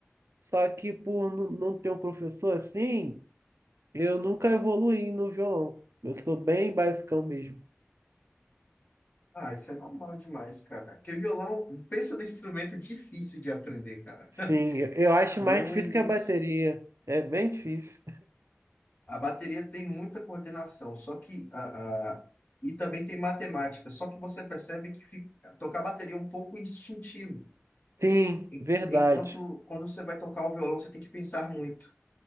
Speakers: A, on the right; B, on the left.
A: Só que por nu- não ter um professor assim, eu nunca evoluí no violão. Eu sou bem basicão mesmo.
B: ah, isso é normal demais, cara. Porque violão, pensa no instrumento difícil de aprender, cara. <laughs>
A: Sim, eu eu acho
B: No
A: mais difícil
B: início.
A: que a bateria. É bem difícil.
B: A bateria tem muita coordenação, só que a, a- e também tem matemática, só que você percebe que fica- tocar bateria é um pouco instintivo.
A: Sim,
B: E-
A: verdade.
B: Enquanto quando você vai tocar o violão, você tem que pensar muito.